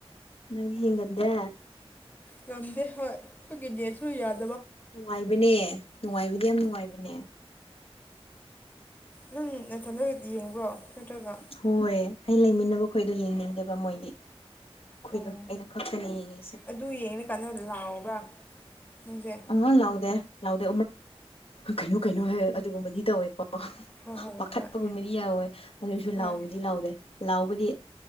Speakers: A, on the left; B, on the left.
A: ꯅꯪꯗꯤ ꯌꯦꯡꯒꯟꯗꯦ
B: ꯉꯝꯗꯦ ꯍꯣꯏ ꯈꯣꯏꯒꯤ ꯅꯦꯠꯁꯨ ꯌꯥꯗꯦ
A: ꯅꯨꯡꯉꯥꯏꯕꯅꯦ ꯅꯨꯡꯉꯥꯏꯕꯗꯤ ꯌꯥꯝ ꯅꯨꯡꯉꯥꯏꯕꯅꯦ
B: ꯅꯪ ꯅꯊꯟꯗ ꯌꯦꯡꯕ꯭ꯔꯣ ꯅꯠꯇ꯭ꯔꯒ
A: ꯍꯣꯏ ꯑꯩ ꯂꯩꯃꯤꯟꯅꯕ ꯈꯣꯏꯗꯣ ꯌꯦꯡꯅꯤꯡꯗꯦꯕ ꯃꯣꯏꯗꯤ ꯃꯈꯣꯏꯗꯣ
B: ꯑꯣ
A: ꯑꯩ ꯈꯛꯇꯅꯦ ꯌꯦꯡꯉꯤꯁꯦ
B: ꯑꯗꯨ ꯌꯦꯡꯉꯀꯥꯟꯗ ꯂꯥꯎꯕ꯭ꯔꯥ ꯅꯪꯁꯦ
A: ꯑꯉꯥꯡ ꯂꯥꯎꯗꯦ ꯂꯥꯎꯗꯦ ꯀꯩꯅꯣ ꯀꯩꯅꯣ ꯍꯥꯏ ꯑꯗꯨꯒꯨꯝꯕꯗꯤ ꯇꯧꯌꯦꯀꯣ
B: ꯍꯣꯏ ꯍꯣꯏ
A: ꯄꯥꯈꯠꯄꯒꯨꯝꯕꯗꯤ
B: ꯍꯣꯏ
A: ꯌꯥꯎꯋꯦ ꯑꯗꯨꯏꯁꯨ
B: ꯍꯣꯏ
A: ꯂꯥꯎꯕꯗꯤ
B: ꯍꯣꯏ
A: ꯂꯥꯎꯗꯦ ꯂꯥꯎꯕꯗꯤ